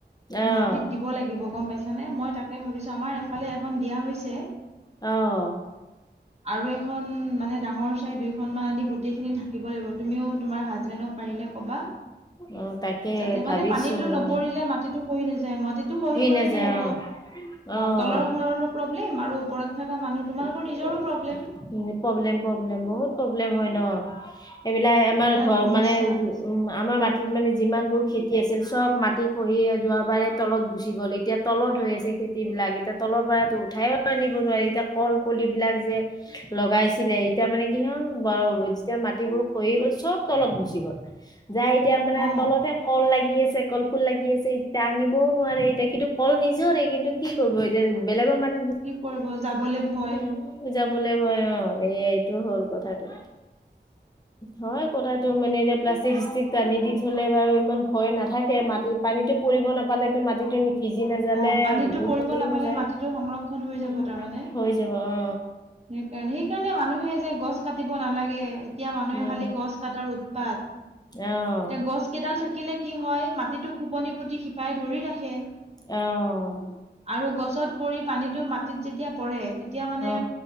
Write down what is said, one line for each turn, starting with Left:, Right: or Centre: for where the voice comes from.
Left: অ',
Right: মাটিত দিব লাগিব গম পাইছ মানে মই তাক তাকে ভাবিছো আমাৰ এফালে এখন দিয়া হৈছে।
Left: অ',
Right: আৰু এখন এখন মানে, ডাঙৰ চাই দুইখন মান আনি গোটেইখিনি‌ ঢাকি। থাকিব লাগিব, তুমিও তোমাৰ হাজবেণ্ডক পাৰিলে ক'বা।
Left: অ', তাকে
Right: যাতে
Left: ভাবিছো
Right: মানে পানীটো নপৰিলে
Left: অ',
Right: মাটিতো খহি নাযায়। মাটিটো খহি গ'লে
Left: নাযায়
Right: কি হব।
Left: অ', অ'।
Right: তলতৰ ঘৰৰও প্ৰব্লেম ওপৰত থকা মানুহ তোমালোকৰ
Left: অহ'।
Right: নিজৰো প্ৰব্লেম
Left: প্ৰব্লেম, প্ৰব্লেম বহুত প্ৰব্লেম হয় ন। এইবিলাক আমাৰ
Right: বিৰাট
Left: ঘৰ
Right: সমস্যা
Left: মানে উম, আমাৰ মাটিত মানে যিমান বোৰ খেতি আছিল। চব মাটি খহি যোৱাবাৰে তলত গুচি গ'ল। এতিয়া তলত হৈ আছে খেতিবিলাক, এতিয়া তলৰ পৰাতো উঠাইও আনিব নোৱাৰি, এতিয়া কল পলিবিলাক যে, লগাইছিলে এতিয়া মানে কি হ'ল, বাৰু যেতিয়া মাটিবোৰ খহি গ'ল চব। তলত গুচি গ'ল, যাই এতিয়া মানে
Right: অ
Left: তলতে কল লাগি আছে কল। ফুল লাগি আছে এতিয়া আনিবও নোৱাৰে এতিয়া কিন্তু কল নিজৰে কিন্তু কি কৰিব এতিয়া বেলেগৰ মাটি
Right: কি কৰিব, যাবলৈ ভয়।
Left: উম যাব লাগিব অ এয়া এইটো হ'ল কথাটো। হয় কথাতটো মানে, এতিয়া প্লাষ্টিক চিষ্টিক টানি দি থলে বাৰু ইমান ভয় নাথাকে মাটিত। পানীতটো পৰিব নাপালে টো মাটিটো ভিজি নাযালে
Right: অহ' পানীতটো পৰিব
Left: সৰি
Right: নাপালে
Left: নাযায়
Right: মাটিটো সংৰক্ষণ হৈ
Left: উম
Right: যাব তাৰমানে। সেইকাৰণে,
Left: হৈ যাব অ
Right: সেইকাৰণে মানুহে যে গছ কাটি কাটিব নালাগে এতিয়া মানুহে
Left: উম
Right: খালি গছ কাটাৰ উ পাত।
Left: আহ
Right: এতিয়া গছ কেইডাল থাকিলে কি হয় মাটি ৰাতিটো খোপনি পুতি শিপাই ধৰি ৰাখে।
Left: অহ'।
Right: আৰু গছত পৰি পানীটো মাটিত যেতিয়া পৰে তেতিয়া মানে
Left: অ